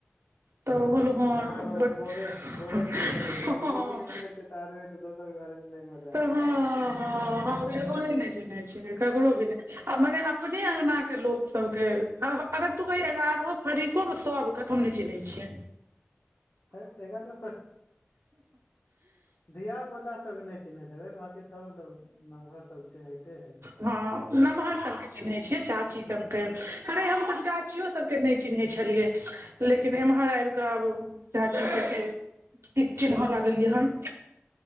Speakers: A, on the right (about 80°); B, on the left (about 75°).
A: तऽ ओ
B: हुं
A: हन
B: तऽ अहाँके बोरे
A: ह
B: बोरे फील करैत हेबै जहन नै चिन्हैत रहै छै तऽ आदमी तऽ दोसर के बारे मे नै मजा
A: तऽ ह हँ ह बगोले नहि चिहने छियै ककरो भी नहि आ मग अपने अंगना के लोक सबके हम अगर तू कह ग्यारहो फरीको में सब के तऽ हम ने चिनहे छिए
B: हेय ग्यारह तक धिय पुता सबके नहि चिन्हैते रहै बकी सभ त नमहर सब चिन्हैते है
A: हँ नमहर सबके चिन्है छियै चाची सबके अरे हमस चाचियो सब के नहि चिन्है छलियै लेकिन एम्हर आब कऽ आब चाची के फेर ठ चिन्ह
B: हुं
A: लागलियै हन <unintelligible>